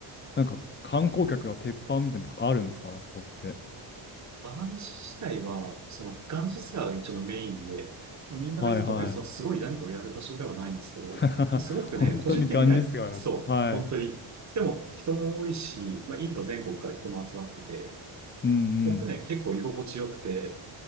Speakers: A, on the left (about 25°); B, on the right (about 35°).
A: なんか観光客が鉄板みたいなとこあるんですかあそこって。
B: バランス自体は、その、ガンジスが一応メインで、みんな別に特にそのすごい何かをやる場所ではないんですけど、
A: はいはい。
B: もうすごくね、
A: <laughs> 本当にガンジス川なんだ。
B: 個人的には、そう、
A: はい。
B: 本当に。でも、人も多いし、まあ、インド全国から人も集まってて、
A: うんうん。
B: 僕ね、結構居心地よくて、